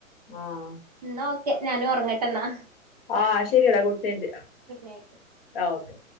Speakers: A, on the left; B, on the right.
A: ആഹ്
B: ന്നാ ഓക്കെ ഞാനും ഒറങ്ങട്ടെ ന്നാ.
A: ആഹ് ശെരിയടാ ഗുഡ് നൈറ്റ്‌
B: നൈറ്റ്
A: ആഹ് ഓക്കെ.